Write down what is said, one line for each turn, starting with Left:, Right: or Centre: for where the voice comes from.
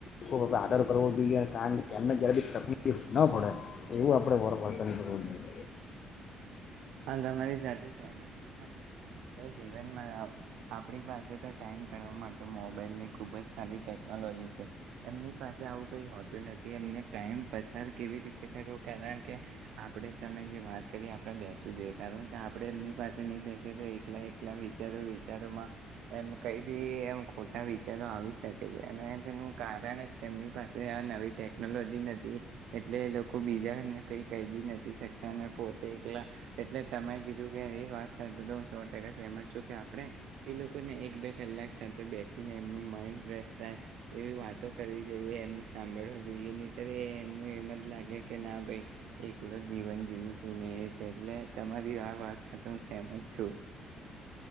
Left: ખૂબ આદર કરવો જોઈએ કારણ કે એમને જ્યારે બી તકલીફ ન પડે એવું આપણે વરવર્તન કરવું જોઈએ.
Right: હા તો અમારી સાથે સહમત છુ. જીવનમાં આપણી પાસે તો ટાઈમ કરવા માટે મોબાઈલ ની ખુબ જ સારી ટેક ટેલોજી છે, એમની પાસે આવું કઈ હોતું નથી એમને ટાઈમ પસાર કેવી રીતે કરવો કારણ કે, આપણે તમે જે વાત કરીએ આપણે બેસ કે આપણે એમની પાસે નહી બેસી તો એકલા એકલા વિચારો વિચારોમાં, એમ કઈ બી એમ ખોટા વિચારો આવી શકે છે અને તેનું કારણ જ છે એમની પાસે આ નવી ટેકનોલોજી નથી, એટલે એ લોકો બીજાને કઈ કઈ બી નથી શકતા અને પોતે એકલા એટલે તમે કીધું કે એ વાત સાથે તો હું સો ટકા સહેમત છું કે આપણે, એ લોકોને એક બે કલાક સાથે બેસીને એમનું માઇન્ડ ફ્રેશ થાય, એવી વાતો કરવી જોઈએ એમનું સાંભળવા જોઈએ નહી ત્યારે એમનું એમ જ લાગે કે ના ભાઈ, એકલો જીવન જીવું શું ને એ છે એટલે તમારી આ વાત તો મેં સેહમત છું.